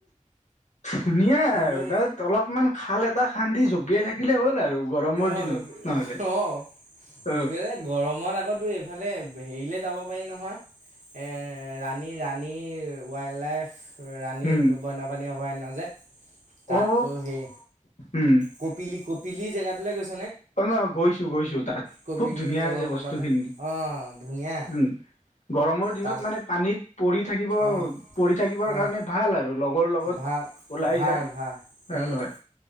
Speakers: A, on the left; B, on the right.
A: ধুনীয়াই
B: একদম
A: আৰু তাত অলপমান খাল এটা খান্দি থাকিলে হল। আৰু গৰমৰ
B: অ'
A: দিনত নহলে
B: অ' জুবিৰে
A: অ।
B: গৰমত আকৌ তোৰ এইফালে হেৰিলে যাব পাৰি নহয়? এ, ৰাণী, ৰাণী ৱাইল্ড লাইফ ৰাণী
A: উম
B: বন্যপ্ৰাণী অভয়াৰণ্য যে, তাতো
A: অ
B: সেই
A: উম
B: কপিলি-কপ পিলি জেগাতোলে গৈছ
A: অ', ন, গৈছোঁ, গৈছোঁ তাত
B: কপিলি
A: খুব ধুনীয়া
B: জলপ্ৰপাত
A: আছে বস্তু খিনি।
B: অঁ ধুনীয়া
A: উম, গৰমৰ দিনত
B: তাত
A: মানে পানীত পৰি থাকিব,
B: অঁ
A: পৰি থাকিবৰ কাৰণে
B: অঁ
A: ভাল আৰু লগৰ লগত
B: ভাল
A: ওলাই
B: ভাল
A: যায়
B: ভাল
A: ভাল
B: উম
A: হয়,